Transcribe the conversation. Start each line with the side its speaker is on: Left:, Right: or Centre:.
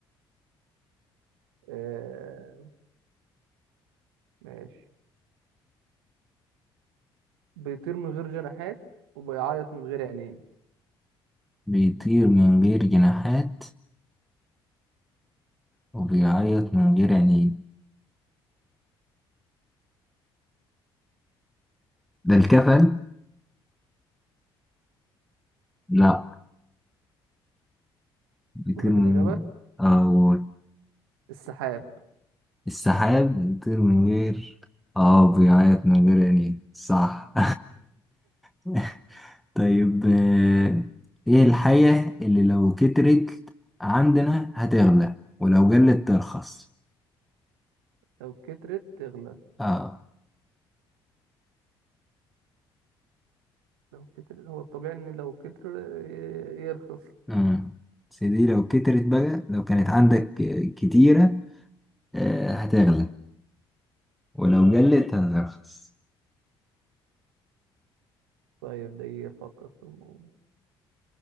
Right: آه، ماشي بيطير من غير جناحات وبيعيط من غير عينين
Centre: بيطير من غير جناحات وبيعيط من غير عينين ده الكفل لا بيطير
Right: بقول لك
Centre: من
Right: الاجابه
Centre: أو
Right: السحاب
Centre: السحاب بيطير من غير اه بيعيط من غير عينين صح <laughs> طيب آه، ايه الحاجة اللي لو كترت عندنا هتغلى ولو قلت ترخص
Right: لو كترت تغلى
Centre: اه
Right: لو كتر هو الطبيعي ان لو كتر ي- يرخص
Centre: امم بس دي لو كترت بقى لو كانت عندك كتيرة آه، هتغلى ولو
Right: اه
Centre: قلت هترخص
Right: طيب ده يفكر في الموضوع